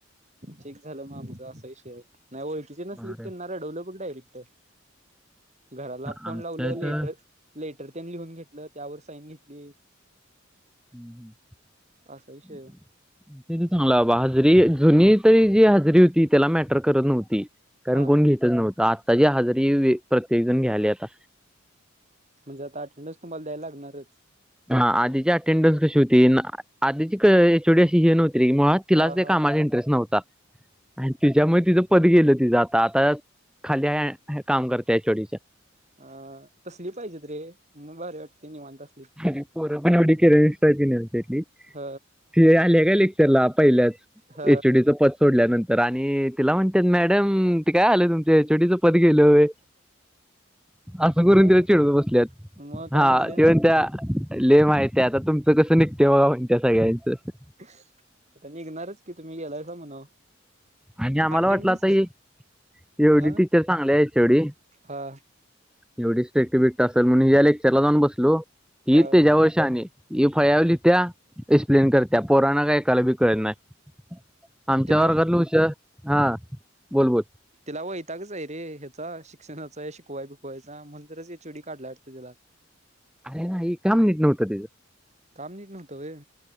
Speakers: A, on the right; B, in the centre.
A: ची झालं मग आमचा असा विषय आहे नाय ओखीचे नसली
B: बर
A: त्यांना रढवलं बक डायरेक्ट घराला फोन
B: आमच्या
A: लावलं
B: इथं
A: लेटर लेटर तेन लिहून घेतलं त्यावर साईन घेतली.
B: <inaudible>
A: असा विषय
B: त्याचं चांगला बाबा हजरी जुनीतरी हजरी होती त्याला मॅ तर करत नव्हती कारण
A: हा
B: कोण घेतच नव्हतं आत्ता ची आजारी प्रत्येक जण घ्याले आता
A: म्हणजे आता अटेंडन्स तुम्हाला द्यायला लागणारच
B: हा आधीची अटेंडन्स कशी होती आधीची एचडी अशी हे नव्हती रे मुळात तिलाच
A: हा
B: ते
A: हा
B: कामात इंटरेस्ट नव्हता आन तिच्यामुळे तिचं पद गेलं तिचं आता आता खाली काम करते एचडी
A: अ तसली पाहिजे रे मग भारी वाटतय निवांता अस
B: अर पोरं पण एवढी किरक असतात
A: ह
B: ती आली काय पहिल्याच लेक्चरला
A: ह
B: एचडीच पद सोडल्यानंतर आणि तिला म्हणतात. मॅडम ते काय आलं तुमच्या एचडी पद गेलंय होय असं
A: मग
B: करून तिला चिडवत बसल्यात,
A: मग काय
B: हा
A: म्हंटले
B: तेव्हा लय माहिती हाय, आता तुमचं कसं निघतय बघा म्हणत्या सगळ्यांचं.
A: आता निघणारच की, तुम्ही गेलायसा म्हणाव.
B: आणि आम्हाला
A: अटेंडन्स
B: वाटलं आता ही एवढी
A: हा
B: टीचर चांगली हाय याच्या एवढी.
A: हा
B: एवढीच स्ट्रिक्टबिक्ट असंल, म्हणून हिज्या लेक्चरला जाऊन बसलो. ही
A: हा
B: त्याच्यावर शाणी. ही फळ्यावर लिहित्या, एक्सप्लेन करत्या. पोरांना काय ऐकायलाबी कळत नाही. आमच्या
A: त्याला
B: वर्गातलं हुशार हा बोल बोल.
A: तिला वैतागच आहे रे ह्याचा शिक्षणाचा हे शिकवाय बिकवायचा. म्हणून तरच एचओडी काढलाय वाटतं तिला.
B: अरे नाही काम नीट नव्हतं तिजं.
A: काम नीट नव्हतं व्हय,